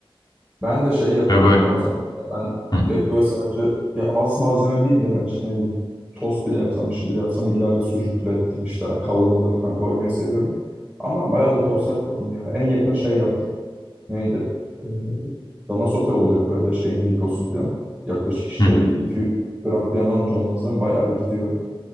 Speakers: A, in the centre; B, on the left (about 45°).
A: Ben de şey yapıyorum
B: Ve böyle
A: bazen. Ben
B: Hı,
A: direkt böyle sadece ya az malzeme değil de ben işte ne bileyim tost bile yapsam bir şey bile yapsam illa bir sucuktur ettir bir şeyler. Yani kavurmadır falan koymayı seviyorum. Ama bayağıdır tost yapmadım ya. En yakın şey yaptım. Neydi? Ee, dana sote oluyor böyle şeyin Migros'un falan. Yaklaşık işte
B: hı, hı.
A: bir 200 gram falan alınca ondan sonra bayağı bir gidiyor.